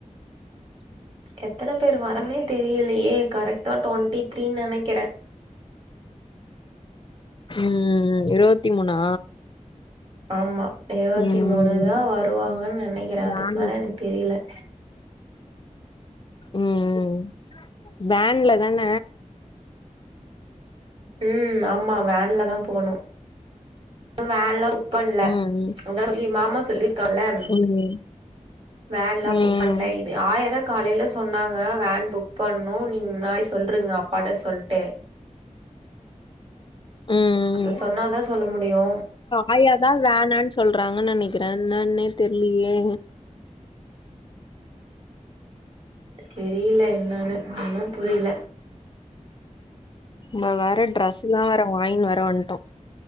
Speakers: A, on the right; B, on the left.
A: எத்தன பேர் வரனே தெரியலையே கரெட்டா டொண்ட்டி த்ரீ ன் நெனைக்கிறே
B: ம் ம் இருவத்தி மூணா
A: ஆமா இருவத்தி
B: ம்
A: மூணு தா வருவாங்கன் நெனைக்கிறே
B: வேன்
A: அதுக்கு மேல எனக்கு தெரில
B: ம் வேன்ல தான
A: ம் ஆமா வேன்ல தா போனு வேன்லா பண்ல
B: ம்
A: அதாது எ மாமா சொல்லியிருக்கான்ல
B: ம்
A: வேன்லா
B: ம்
A: புக் பண்லை ஆயா தா காலைல சொன்னாங்க வேன் புக் பண்ணு நீங்க முன்னாடி சொல்றுங்க அப்பாட்ட சொல்ட்டு
B: ம்
A: அப்ப சொன்னாதா சொல்ல முடியு
B: ஆயா தா வேணான் சொல்றாங்கன் நெனைக்கிறே என்னானே தெர்லியே
A: தெரியல என்னன்னு ஒண்ணும் புரில
B: ம்ம வேற ட்ரெஸ்ல்லா வேற வாய்ன்னு வேற வன்ட்டோ